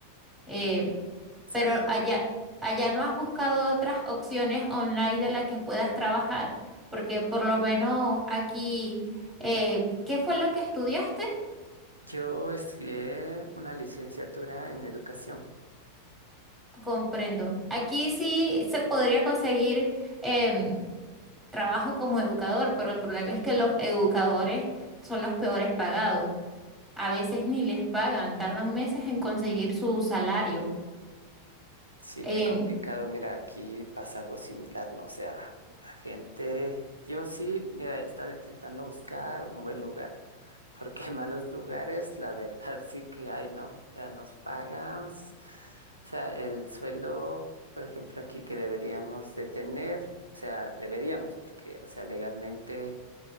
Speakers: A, in the centre; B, on the right.
A: Eh,
B: Exacto.
A: pero allá, allá no has buscado otras opciones online de las que puedas trabajar, porque por lo menos aquí, eh, ¿qué fue lo que estudiaste?
B: Yo estudié una licenciatura en educación.
A: Comprendo. Aquí sí se podría conseguir em, trabajo como educador, pero el problema es que los educadores son los peores pagados. A veces ni les pagan, tardan meses en conseguir su salario.
B: Sí,
A: Em,
B: qué complicado. Mira, aquí pasa algo similar, ¿no? O sea, la gente, yo sí, mira, he estado intentando buscar un buen lugar, porque <laughs> malos lugares, la verdad, sí que hay, ¿no? O sea, nos pagan, s- o sea, el sueldo, por ejemplo, aquí que deberíamos de tener, o sea, deberíamos, porque, o sea, legalmente